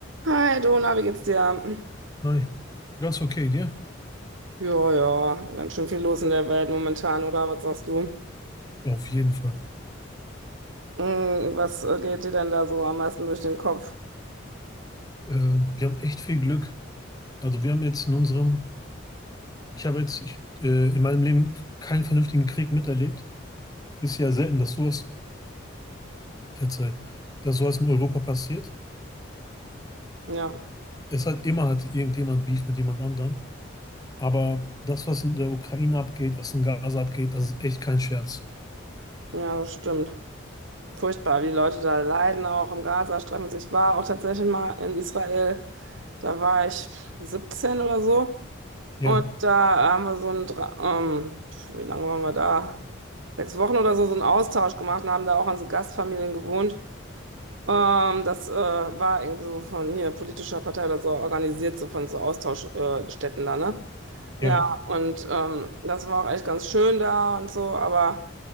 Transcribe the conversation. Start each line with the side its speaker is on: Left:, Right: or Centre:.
Right: Hi, Dona, wie geht's dir?
Left: Hi. Ganz okay, dir?
Right: Ja, ja, ganz schön viel los in der Welt momentan, oder? Was sagst du?
Left: Auf jeden Fall.
Right: Hm, was äh, geht dir denn da so am meisten durch den Kopf?
Left: Äh, wir haben echt viel Glück. Also wir haben jetzt in unserem, ich habe jetzt ich, äh, in meinem Leben keinen vernünftigen Krieg miterlebt. Ist ja selten, dass sowas, verzeih, dass sowas in Europa passiert.
Right: Ja,
Left: Es hat immer hat irgendjemand Beef mit jemand anderem. Aber das, was in der Ukraine abgeht, was in Gaza abgeht, das ist echt kein Scherz.
Right: ja, das stimmt. Furchtbar, wie die Leute da leiden, auch im Gazastreifen. Ich war auch tatsächlich mal in Israel, da war ich 17 oder so.
Left: Ja,
Right: Und da haben wir so ein, Dra- ähm, wie lange waren wir da? Sechs Wochen oder so, so einen Austausch gemacht und haben da auch an so Gastfamilien gewohnt. Ähm, das äh, war irgendwie so von hier politischer Partei oder so organisiert, so von so Austauschstätten äh, Städten da, ne? Ja,
Left: ja,
Right: und ähm, das war auch echt ganz schön da und so, aber